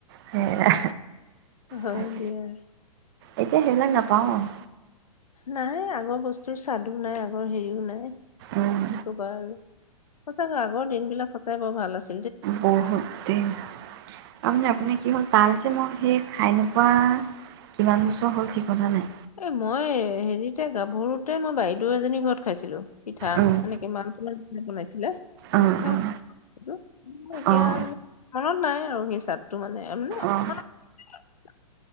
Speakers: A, on the right (about 40°); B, on the left (about 80°).
A: সেয়া
B: হয়
A: তাকে
B: দিয়া।
A: এতিয়া সেইবিলাক নাপাও আৰু।
B: নাই, আগৰ বস্তুৰ স্বাদো নাই, আগৰ হেৰিও নাই। কি
A: উম
B: কবা আৰু সচাকৈ আগৰ দিন বিলাক সচাই বৰ ভাল আছে।
A: বহুত দিন আমি
B: উম
A: আপুনি কি হ'ল, তাল মই সেই খাই নোপোৱা ইমান বছৰ হ'ল ঠিকনা নাই।
B: এ, মই হেৰিতে গাভৰুতে মই বাইদেউ এজনী ঘৰত খাইছিলো। পিঠা,
A: উম
B: এনেকে ইমান বনাইছিলে
A: উম
B: খাই
A: উম
B: ভ এতিয়া
A: অঁ
B: মনত নাই আৰু সেই চাদটো মানে <unintelligible>
A: অঁ